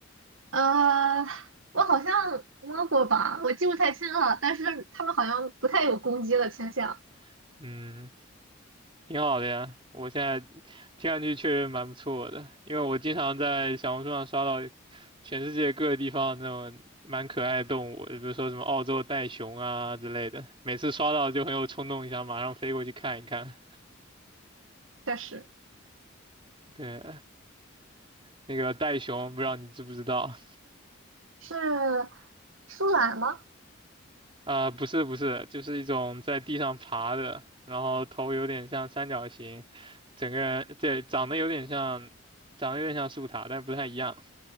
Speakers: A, on the right; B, on the right.
A: 呃，我好像摸过吧，我记不太清了，但是他们好像不太有攻击的倾向，
B: <laughs> 嗯，挺好的呀。我现在听上去确实蛮不错的，因为我经常在小红书上刷到全世界各个地方那种蛮可爱的动物，比如说什么澳洲袋熊啊之类的。每次刷到就很有冲动，想马上飞过去看一看。
A: 确实。
B: 对，那个袋熊，不知道你知不知道？
A: 是舒兰吗？
B: 啊、不是不是，就是一种在地上爬的，然后头有点像三角形，整个人对长得有点像，长得有点像树塔，但不太一样